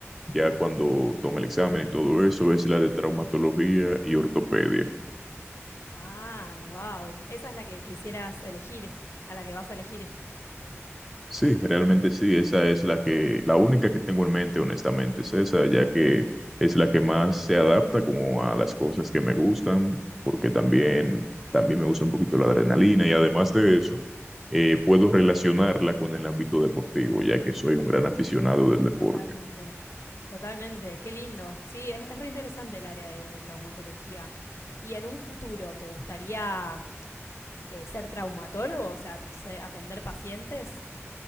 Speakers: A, in the centre; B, on the left.
A: ya cuando tome el examen y todo eso es la de traumatología y ortopedia.
B: Ay, wow. Esa es la que quisieras elegir, a la que vas a elegir.
A: Sí, realmente sí, esa es la que,
B: Uy,
A: la única que tengo en mente, honestamente, es esa, ya que es la que más se adapta como a las cosas que me gustan, porque también, también me gusta un poquito la adrenalina y además de eso, eh, puedo relacionarla con el ámbito deportivo, ya que soy un gran aficionado del deporte.
B: totalmente. Totalmente. Qué lindo. Sí, es, es re interesante el área de traumatología. ¿Y en un futuro te gustaría eh, ser traumatólogo? O sea, se- atender pacientes.